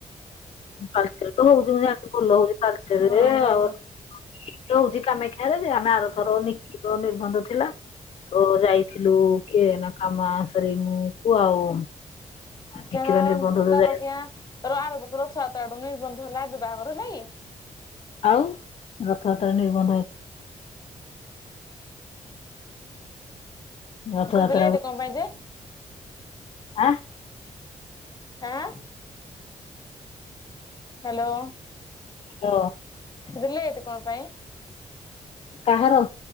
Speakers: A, on the left; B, on the left.
A: ତାଳଚେର ତ ହଉଛି ମୁଁ ଯାସିଛି ଭଲ ହଉଛି ତାଳେ ଚରରେ
B: ହଁ ଭଲ
A: ଆଉ। ଇଏ ହଉଛି କାମେକ୍ଷାରେ ଯେ ଆମେ ଆରଥକ ନିକି ର ନିିର୍ବନ୍ଧ ଥିଲା। ତ ଯାଇଥିଲୁ କିଏ ନା କାମ ସରି ମୁ କୁ ଆଉ ନିକିର
B: କା
A: ନିର୍ବନ୍ଧ ତ
B: ତାର
A: ଯାଇ
B: କି ଆର ବର୍ଷ ରଥଯାତ୍ରା ଟୁ ନିର୍ବନ୍ଧ ହେଲା ଏବେ ବାହାଘର ହେଲା କି?
A: ଆଉ ରଥଯାତ୍ରାରେ ନିର୍ବନ୍ଧ ହେଇ। ରଥଯାତ୍ରା
B: କହୁଥିଲେ ଏଇଠୁ
A: କୁ
B: କଅଁ ପାଇଁ ଯେ
A: ଆଁ
B: ଆଁ। ହ୍ୟାଲୋ।
A: ହାଲୋ।
B: ଦିଲି ଏଠି କଣ ପାଇଁ।
A: କାହାର।